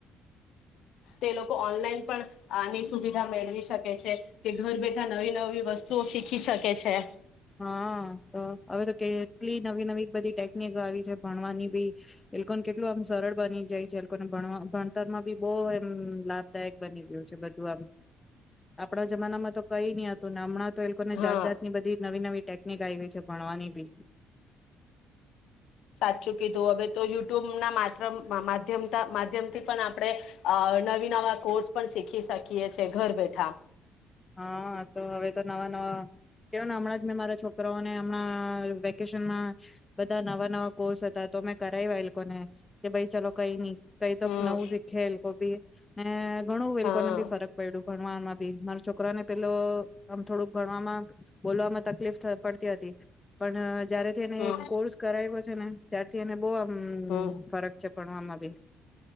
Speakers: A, on the left; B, on the left.
A: તે લોકો ઓનલાઈન પણ આની સુવિધા મેળવી શકે છે કે ઘર બેઠા નવી નવી વસ્તુઓ શીખી શકે છે.
B: હા તો હવે તો કેટલી નવી નવી બધી ટેકનિક આવી છે ભણવાની બી એ લોકોને કેટલું આમ સરળ બની જાય છે એ લોકોને ભણવા ભણતર માં બી બવ એમ લાભદાયક બની ગયું છે બધું આમ આપણા જમાનામાં તો કઈ ની હતું ને હમણાં તો એ લોકો ને
A: હા
B: જાત જાત ની બધી નવી નવી ટેકનિક આવી છે ભણવાની બી.
A: સાચચું કીધું હવે તો યુટ્યુબ ના માત્રામ માં માધ્યમથી પણ આપણે અ નવી નવા કોર્સ પણ શીખી ખી શકીએ છે ઘર બેઠા.
B: હા તો હવે તો નવા નવા કેવને હમણાં મેં મારા છોકરાઓને હમણાં વેકેશનમાં બધા નવા નવા કોર્સ હતા તો મેં કરાવ એ લોકોને કે ભાઈ ચાલ કઈ નહી કઈ તોક
A: હમ
B: નવું સીખે એલ્કોબી. <unintelligible> ઘણું વેલકોને
A: હા
B: બ ફરક પડ્યો. ભણવામાં બી. છોકરા ને પેલો આમ થોડુંક ભણવામાં બોલવામાં તકલીફ પડતી હતી પણ અ જયારેથી એને
A: હમ
B: કોર્સ કરાવો છે ને ત્યારથી એને બો હમ્મ
A: હમ
B: ફરક છે. ભણવામાં બી.